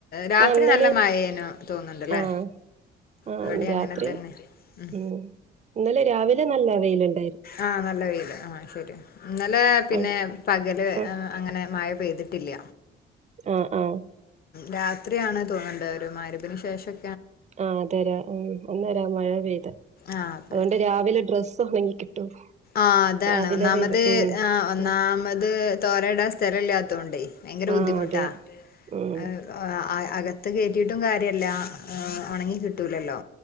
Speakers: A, on the left; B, on the right.
A: രാത്രി
B: ആഹ് ഇന്നലെ
A: നല്ല മഴേനു തോന്നുന്നുണ്ടല്ലേ
B: ആഹ് ആഹ്
A: ഇവിടെ
B: രാത്രി
A: അങ്ങനെ തന്നെ ഉം
B: മ്മ് ഇന്നലെ രാവിലെ നല്ല വെയിലുണ്ട്.
A: ആഹ് നല്ല വെയിലാ ആഹ് ശരി ഇന്നലെ പിന്നെ
B: അത്
A: പകല്.
B: <unintelligible>
A: ആ, അങ്ങനെ മഴ പെയ്തിട്ടില്ല
B: ആ ആഹ്
A: രാത്രിയാണ് തോന്നുണ്ട്ഒരു മഗ്‌രിബിന് ശേഷം
B: ആഹ് അതെ ആ അന്നേരം മഴ പെയ്തത്
A: ആ പെയ്തത്
B: അതുകൊണ്ട് രാവിലെ ഡ്രസ്സ് ഉണങ്ങി കിട്ടും
A: ആഹ് അതാണ്
B: രാവിലെ
A: ഒന്നാമത്
B: വെയില് ഉം
A: ആഹ് ഒന്നാമത്
B: ഉം
A: തോരൻ ഇടാൻ സ്ഥലം ഇല്ലാത്തോണ്ടേ ഭങ്കര
B: ആ
A: ബുദ്ധിമുട്ടാ
B: അതെ ഉം.
A: അഹ് ആ അകത്ത് കയറ്റിയിട്ടും കാര്യമില്ല ഉണങ്ങി കിട്ടൂലല്ലോ.